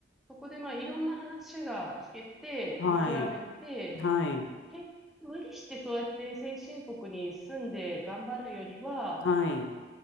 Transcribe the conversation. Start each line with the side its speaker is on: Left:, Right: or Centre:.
Centre: そこでまあいろんな話が聞けて、
Left: はい。
Centre: 見比べて、
Left: はい。
Centre: 結無理してそうやって先進国に住んで頑張るよりは、
Left: はい。